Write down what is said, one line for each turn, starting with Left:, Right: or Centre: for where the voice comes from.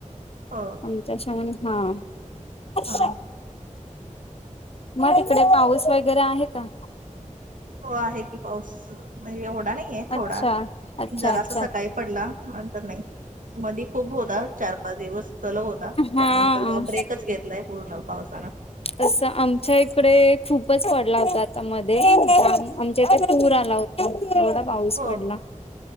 Right: हो
Left: आमच्या श म्हण हा
Right: हा
Left: मग तिकडे पाऊस वगैरे आहे का
Right: हो आहे की पाऊस म्हणजे एओढा नाहीये
Left: अच्छा
Right: थोडा
Left: अच्छा
Right: जरासा
Left: अच्ा
Right: सकाळी पडला नंतर नाही मधी खूप होता चार पाच दिवस सलो होता
Left: हा
Right: त्यानंतर का ब्रेकच घेतलाय पूर्ण पावसानं
Left: तस आमच्या इकडे खूपच पडला होता आता मध्ये आमच्या इथ पूर आला होता थोडा पाऊस
Right: हो
Left: पडला